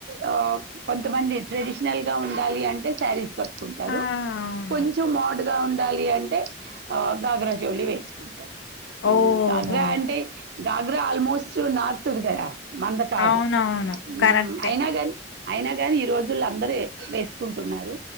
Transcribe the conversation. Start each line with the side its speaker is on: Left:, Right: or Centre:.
Right: ఆ కొ కొంతమంది ట్రెడిషనల్ గా ఉండాలి అంటే సారీస్ కట్టుకుంటారు
Left: ఆ అవును
Right: కొంచెం మోడ్గా ఉండాలి అంటే ఆ గాగ్రాజౌళి వేసుకుంటారు
Left: ఓహో!
Right: గాగ్రా అంటే గాగ్రా ఆల్మోస్ట్ నార్త్దిగదా మంద కాదు
Left: అవునవును.
Right: ఉహ్
Left: కరెక్టే.
Right: అయినా కానీ అయినా కానీ ఈరోజుల్లో అందరే వేసుకుంటున్నారు